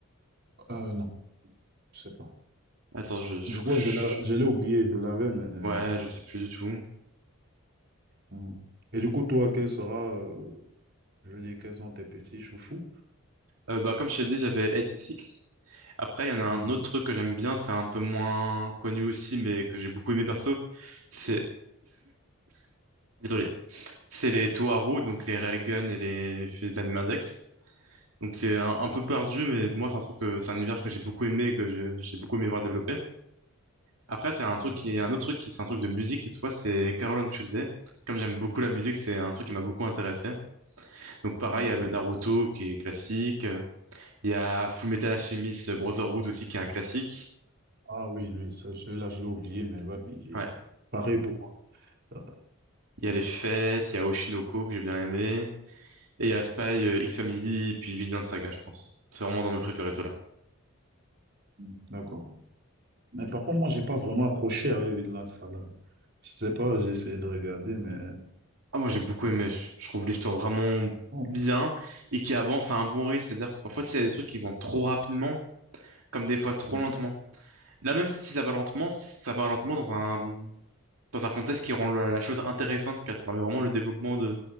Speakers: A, on the right; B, on the right.
A: euh, non, je sais pas.
B: Attends, je, je,
A: Je crois
B: je-
A: que je l'a- je l'ai oublié, je l'avais, mais. euh,
B: Ouais, je sais plus du tout.
A: hmm. Et du coup, toi, quel sera, euh, je veux dire, quels sont tes petits chouchous?
B: Euh, bah, comme je t'ai dit, j'avais Six Après, il y en a un
A: Mhm.
B: autre truc que j'aime bien, c'est un peu moins connu aussi, mais que j'ai beaucoup aimé perso. C'est... Désolé. C'est les Toharu, donc les Railgun et les, les Anime Index. Donc c'est un, un
A: Ok.
B: peu perdu, mais moi, c'est un truc, que- c'est un univers que j'ai beaucoup aimé, et que je- j'ai beaucoup aimé voir développer. Après, c'est un
A: D'accord.
B: truc qui un autre truc qui, c'est un truc de musique cette fois, c'est Carol on Tuesday. Comme j'aime beaucoup la musique, c'est un truc qui m'a beaucoup intéressé. Donc pareil,
A: Ah, d'accord.
B: il y a le Naruto qui est classique. euh, Il y a Full Metal Alchemist Brotherhood aussi qui est un classique.
A: Ah oui, oui, ça, celui-là, je l'ai oublié, mais ouais, il est
B: Ouais.
A: pareil pour moi. Euh,
B: Il y a Les Fêtes, il y a Oshinoko que j'ai bien aimé. Et il y a Spy, euh, X-Family, puis Vigilant Saga, je pense. C'est vraiment dans mes préférés, ceux-là.
A: hmm, D'accord. Mais par contre, moi, j'ai pas vraiment accroché avec Vinland Saga. Je sais pas, j'ai essayé de regarder, mais
B: Ah, moi j'ai beaucoup aimé. Je je trouve l'histoire vraiment
A: bon.
B: bien et qui avance à un bon rythme. C'est-à-dire que parfois, tu sais, il y a des trucs qui vont trop rapidement, comme des fois trop
A: Mhm.
B: lentement. Là, même si ça va lentement, ça va lentement dans un, dans un contexte qui rend la, la chose intéressante, car ça permet vraiment le développement de,